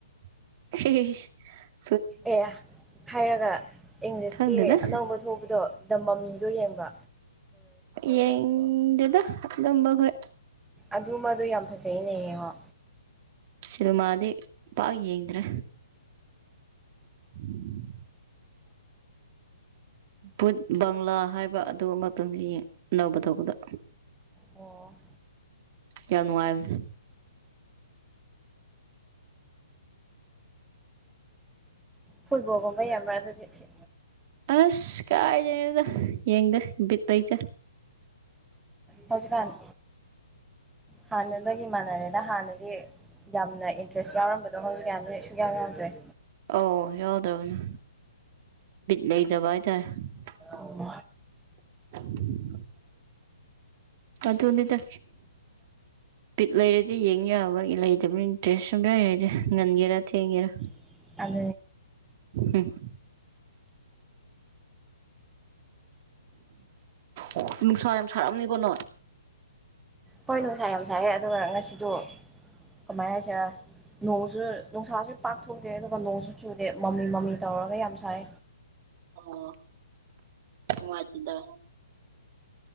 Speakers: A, on the right (about 40°); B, in the centre.
A: ꯍ
B: ꯑꯦ ꯍꯥꯏꯔꯒ ꯏꯪꯂꯤꯁꯀꯤ
A: ꯈꯪꯗꯦꯗ
B: ꯑꯅꯧꯕ ꯊꯕꯗꯣ ꯇꯃꯝꯗꯣ ꯌꯦꯡꯕ
A: ꯌꯦꯡꯗꯦꯗ ꯑꯗꯨꯝꯕ ꯍꯣꯏ
B: ꯑꯗꯨꯃꯗꯨ ꯌꯥꯝ ꯐꯖꯩꯅꯦ ꯌꯦꯡꯉꯣ
A: ꯁꯤꯗꯃꯗꯤ ꯄꯥꯛ ꯌꯦꯡꯗ꯭ꯔꯦ <unintelligible> ꯚꯠ ꯕꯪꯂꯥ ꯍꯥꯏꯕ ꯑꯗꯨ ꯑꯃꯇꯪ ꯅꯧꯕ ꯇꯧꯕꯗ
B: ꯑꯣ
A: ꯌꯝ ꯅꯨꯡꯉꯥꯏꯕꯅꯦ
B: ꯐꯨꯜꯕꯒꯝꯕꯩ ꯌꯥꯝꯕꯔꯁꯨ ꯆꯞꯁꯤ
A: ꯑꯁ ꯀꯥꯏꯗꯩꯅꯣꯗ ꯌꯦꯡꯗ ꯕꯤꯇ ꯂꯩꯇꯦ
B: ꯍꯧꯖꯤꯛꯀꯥꯟ ꯍꯥꯟꯅꯗꯒꯤ ꯃꯥꯟꯅꯔꯦꯗ ꯍꯥꯟꯅꯗꯤ ꯌꯥꯝꯅ ꯏꯟꯇ꯭ꯔꯦꯁ ꯌꯥꯎꯔꯝꯕꯗꯣ ꯍꯧꯖꯤꯛꯀꯥꯟ ꯌꯥꯎꯗꯔꯦ
A: ꯑꯣ ꯌꯥꯎꯗꯕꯅꯦ ꯂꯩꯇꯕ ꯍꯥꯏꯇꯥꯔ <unintelligible>
B: ꯎꯝ
A: ꯑꯗꯨꯅꯦꯗ ꯄꯤꯠ ꯂꯩꯔꯗꯤ ꯌꯦꯡ ꯌꯥꯕ ꯂꯩꯇꯕꯅꯤꯅ ꯏꯟꯇ꯭ꯔꯦꯁ ꯁꯨꯝ ꯌꯥꯎꯔꯗꯤ ꯉꯟꯒꯦꯔꯥ ꯊꯦꯡꯒꯦꯔꯥ
B: <unintelligible>
A: ꯎꯝ ꯑꯣ ꯅꯨꯡꯁꯥ ꯌꯥꯝ ꯁꯥꯔꯑꯅꯤꯕ ꯅꯣ
B: ꯍꯣꯏ ꯅꯨꯡꯁꯥ ꯌꯥꯝ ꯁꯥꯏ ꯑꯗꯨꯒ ꯉꯁꯤꯗꯣ ꯀꯃꯥꯏꯅ ꯍꯥꯏꯁꯤꯔ ꯅꯣꯡꯁꯨ ꯅꯨꯡꯁꯥꯁꯨ ꯄꯥꯛꯊꯣꯛꯇꯦ ꯑꯗꯨꯒ ꯅꯣꯡꯁꯨ ꯆꯨꯗꯦ ꯃꯃꯤ ꯃꯃꯤ ꯇꯧꯔꯒ ꯌꯥꯝ ꯁꯥꯏ
A: ꯑꯣ ꯃꯁꯤꯗ